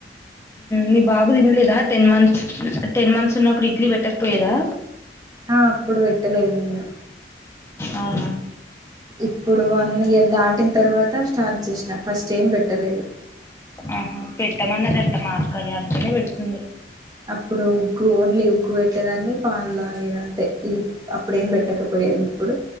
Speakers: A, on the left; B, on the right.
A: మీ బాబు తినలేదా టెన్ మంత్స్ టెన్ మంత్స్ ఉన్నప్పుడు ఇడ్లీ పెట్టకపోయేదా.
B: ఆహ్ అప్పుడు పెట్టలేదు నేను.
A: అవునా.
B: ఇప్పుడు వన్ ఇయర్ దాటిన తర్వాత స్టార్ట్ చేసిన ఫస్ట్ ఏం పెట్టలేదు.
A: ఆహా పెట్టమన్నదంట మా అక్కా అందుకనే పెడుతుంది.
B: అప్పుడు ఉగ్గు ఓన్లీ ఉగ్గు పెట్టేదాన్ని పాలులాగేదంతే ఈ అప్పుడేం పెట్టకపోయేది. ఇప్పుడు